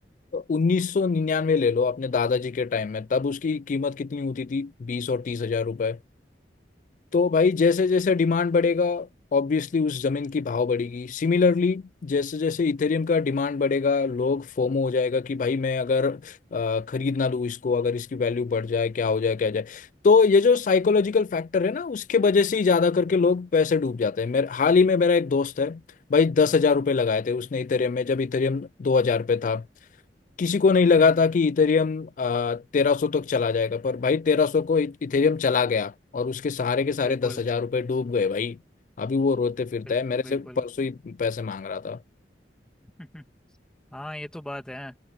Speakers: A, on the left (about 45°); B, in the centre.
A: 1999 ले लो अपने दादाजी के टाइम में तब उसकी कीमत कितनी होती थी बीस और तीस हजार रुपए तो भाई जैसे जैसे डिमांड बढ़ेगा ऑब्वियसली उस जमीन की भाव बढ़ेगी सिमिलरली जैसे जैसे इथेरियम का डिमांड बढ़ेगा लोग फोमो हो जाएगा कि भाई मैं अगर अ, खरीद ना लूँ इसको अगर इसकी वैल्यू बढ़ जाए क्या हो जाए क्या हो जाए तो ये जो साइकोलॉजिकल फैक्टर है ना उसके वजह से ही ज़्यादा करके लोग पैसे डूब जाते हैं मेरे हाल ही में मेरा एक दोस्त है भाई दस हजार रुपये लगाए थे उसने इथेरियम में जब इथेरियम दो हजार रुपये था किसी को नहीं लगा
B: हम्म
A: था कि इथेरियम तेरह सौ तक चला जाएगा पर भाई तेरह सौ को इथेरियम चला गया और उसके सहारे के सारे
B: बिल्कुल
A: दस हजार रुपये डूब गए भाई अभी वो रोते फिरता
B: बिल्कुल
A: है मेरे
B: बिल्कुल
A: से परसों ही पैसे मांग रहा था
B: <laughs> हाँ ये तो बात है